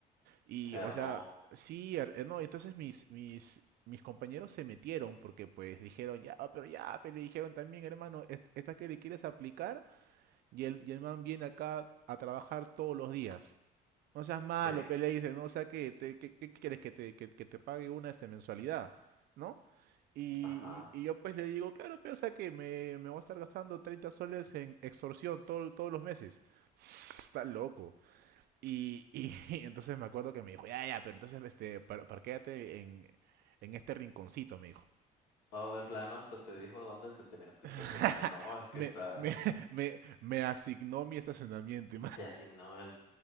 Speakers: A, on the right (about 65°); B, on the left (about 85°).
A: Y,
B: Se armó,
A: o sea, sí, er- eh, no, entonces mis, mis, mis compañeros se metieron porque pues dijeron, ya, pero ya, pero le dijeron también, hermano, est- esta que le quieres aplicar y el, y el man viene acá a trabajar todos los días. No seas malo,
B: sí,
A: pe, le dice, ¿no? O sea, que te, que, que quieres que te, que, que te pague una este, mensualidad, ¿no? Y,
B: ajá.
A: y- y yo pues le digo, claro, pero o sea que me, me voy a estar gastando 30 soles en extorsión todo- todos los meses. <tsk> Está loco. Y, y <laughs> entonces me acuerdo que me dijo, ya, ya, pero entonces este, par- parquéate en, en este rinconcito, me dijo.
B: O de plano hasta te dijo dónde te tenías que
A: <laughs>
B: estacionar. No, es que
A: Me,
B: está,
A: me, me, me asignó mi estacionamiento.
B: te asignó el